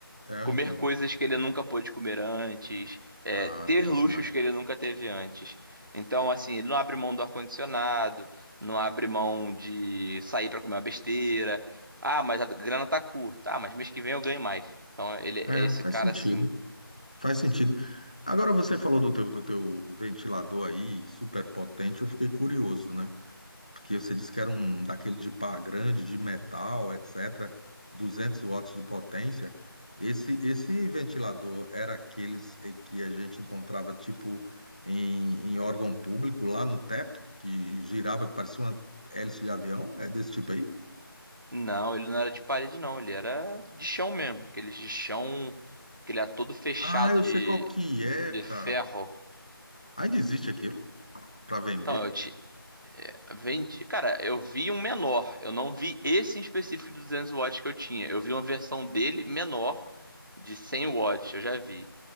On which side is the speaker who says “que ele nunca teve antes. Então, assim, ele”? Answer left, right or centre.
Right